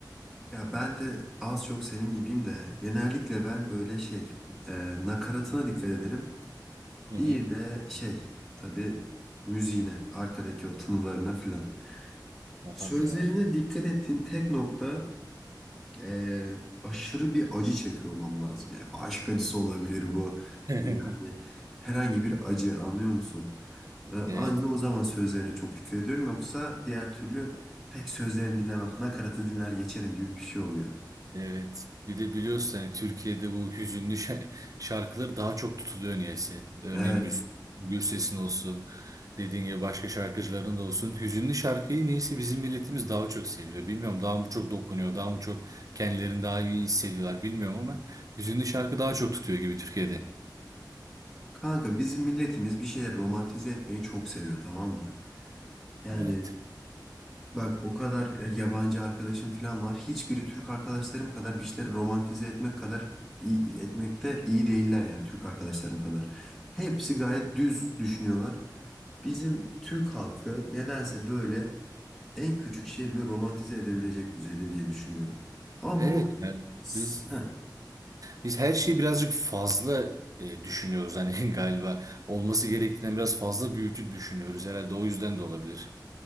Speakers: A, in the centre; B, on the right.
A: Ya ben de az çok senin gibiyim de genellikle ben böyle şey e, nakaratına dikkat ederim.
B: Hı hı.
A: Bir de şey tabii müziğine, arkadaki o tınılarına filan.
B: Ya
A: Sözlerine
B: tabii ya.
A: dikkat ettiğim tek nokta e, aşırı bir acı çekiyor olmam lazım ya. Aşk acısı olabilir bu.
B: <laughs>
A: Yani herhangi bir acı anlıyor musun? Ee, Anca
B: Evet.
A: o zaman sözlerine çok dikkat ediyorum. Yoksa diğer türlü pek sözlerini dinlemem. Nakaratı dinler geçerim gibi bir şey oluyor.
B: Evet. Bir de biliyorsun hani Türkiye'de bu hüzünlü şa- şarkılar daha çok tutuluyor niyeyse. Örneğin
A: Evet.
B: Müs- Gürses'in olsun, dediğin gibi başka şarkıcıların da olsun. Hüzünlü şarkıyı niyeyse bizim milletimiz daha çok seviyor. Bilmiyorum daha mı çok dokunuyor, daha mı çok kendilerini daha iyi hissediyorlar bilmiyorum ama hüzünlü şarkı daha çok tutuyor gibi Türkiye'de.
A: Kanka bizim milletimiz bir şeyler romantize etmeyi çok seviyor tamam mı? Yani
B: Evet.
A: bak o kadar e, yabancı arkadaşım falan var. Hiçbiri Türk arkadaşlarım kadar bir şeyleri romantize etmek kadar iyi, etmekte iyi değiller yani Türk arkadaşlarım kadar. Hepsi gayet düz düşünüyorlar. Bizim Türk halkı nedense böyle en küçük şey bile romantize edebilecek düzeyde diye düşünüyorum. Ama
B: Evet.
A: bu
B: Yani biz
A: heh,
B: biz her şeyi birazcık fazla e, düşünüyoruz hani <laughs> galiba olması gerektiğinden biraz fazla büyütüp düşünüyoruz herhalde o yüzden de olabilir.